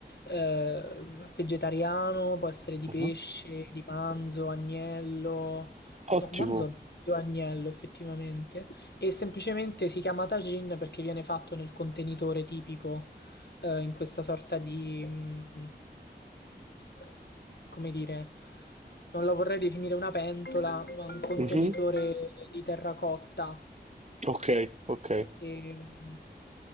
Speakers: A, on the left; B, on the right.
A: eh, vegetariano, può essere di
B: Ah.
A: pesce, di manzo, agnello. No,
B: Ottimo.
A: manzo è più agnello effettivamente e semplicemente si chiama tagine perché viene fatto nel contenitore tipico, eh, in questa sorta di, mm, eh, come dire, non la vorrei definire una pentola, ma un contenitore
B: Mhm.
A: di terracotta.
B: Ok, ok,
A: E, mm,